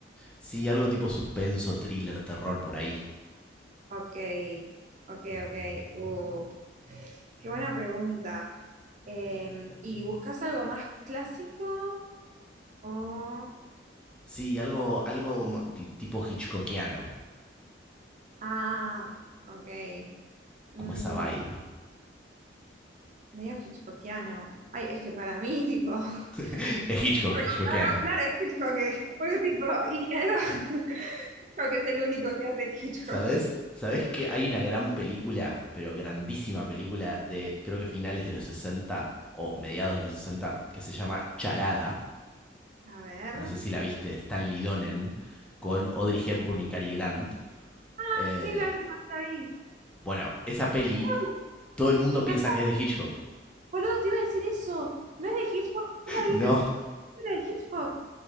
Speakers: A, in the centre; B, on the right (about 40°).
A: Sí, algo tipo suspenso, thriller, terror por ahí.
B: Ok, ok, ok. Uh, qué buena pregunta. Em, ¿y buscas algo más clásico o...
A: Sí, algo,
B: no?
A: algo ma- di- tipo Hitchcockiano,
B: Ah, ok. Mm,
A: como esa vibe.
B: medio hitchcockiano. Ay, es que para mí, tipo, <laughs>
A: <laughs> Es
B: es
A: Hitchcock,
B: recordado,
A: Hitchcockiano.
B: claro, es Hitchcock, es porque, tipo, y algo, <laughs> Hitchcock es el único que hace Hitchcock.
A: ¿Sabes? ¿Sabes que hay una gran película, pero grandísima película de creo que finales de los 60 o mediados de los 60, que se llama Charada?
B: A ver.
A: No sé si la viste, de Stanley Donen con Audrey Hepburn y Cary Grant
B: Ah,
A: Eh,
B: sí, la vi, la vi.
A: bueno, esa peli,
B: Ah,
A: todo el mundo piensa
B: me- acuerdo,
A: que es de Hitchcock.
B: boludo, te iba a decir eso. No es de Hitchcock, no la
A: No,
B: vi, pensé que era de Hitchcock.